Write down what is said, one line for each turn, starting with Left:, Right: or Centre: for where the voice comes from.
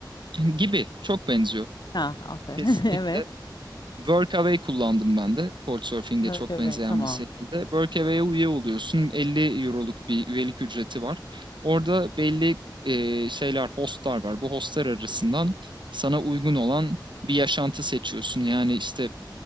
Right: gibi çok benziyor.
Left: Ha ah be.
Right: Kesinlikle
Left: <laughs> Evet.
Right: Workaway kullandım ben de. Couchsurfing'e
Left: Workaway
Right: çok benzeyen
Left: tamam.
Right: bir şekilde. Workaway'e üye oluyorsun. 50 euroluk bir üyelik ücreti var. Orada belli e, şeyler, hostlar var. Bu hostlar arasından sana uygun olan bir yaşantı seçiyorsun. Yani işte